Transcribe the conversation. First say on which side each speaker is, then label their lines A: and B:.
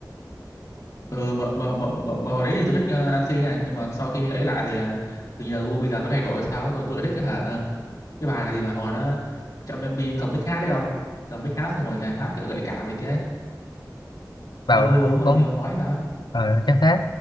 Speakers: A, on the left; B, on the left.
A: ừ mà, mà, mà, mà, mà hồi đấy thì tôi thích uh, Nancy nha nhưng mà sau khi ấy lại thì uh, kiểu như là gu bây giờ tôi thay đổi sao ấy, tôi tôi lại thích cái hả ờ, cái bài gì mà hồi đó trong MV cầm mic hát đấy không cầm mic hát xong rồi à, hát kiểu gợi cảm đấy kia ấy.
B: vào
A: dân thu
B: ờ,
A: đúng rồi
B: cũng
A: như ông nói sao ấy.
B: ờ, chắc thế